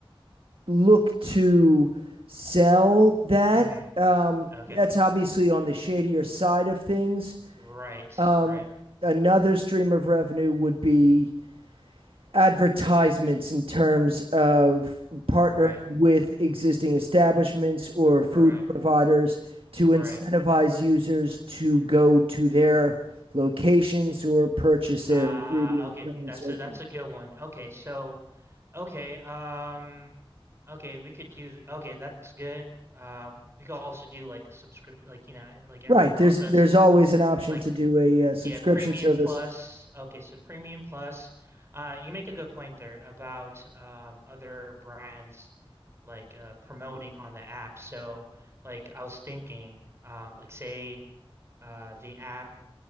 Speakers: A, on the right; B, on the right.
A: look to sell that.
B: Hmm.
A: Um,
B: okay.
A: that's obviously on the shadier side of things.
B: Right,
A: Um,
B: right,
A: another stream of revenue would be advertisements in terms of partnering
B: right,
A: with existing establishments or food
B: right,
A: providers to incentivize
B: right.
A: users to go to their locations or purchase their
B: Ah,
A: ingredients,
B: okay,
A: so on and
B: that's
A: so
B: a
A: forth.
B: that's a good one. Okay, so okay, um, okay, we could do th- okay, that's good. Um, we could also do like subscription, like you know, like everyone
A: Right.
B: else
A: There's
B: does.
A: there's always an option
B: Like
A: to do a, uh subscription
B: yeah, premium
A: service.
B: plus. Okay, so premium plus. Uh, you make a good point there about um other brands like uh, promoting on the app. So like I was thinking, um, like say uh, the app